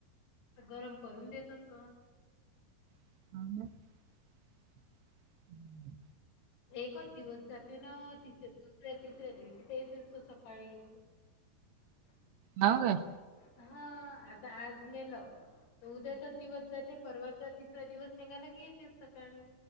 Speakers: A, on the left (about 75°); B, on the right (about 80°).
A: गरम करून देतस.
B: <unintelligible> <unintelligible>
A: एकच दिवस जाते ना ति दुसऱ्या तिसऱ्या दिवशी ते येत असतो सकाळी <unintelligible>
B: हव काय.
A: हा आता आजलेलं उद्याचाच दिवस जाते परवा तिसरा दिवस निघायला की येतेस सकाळी.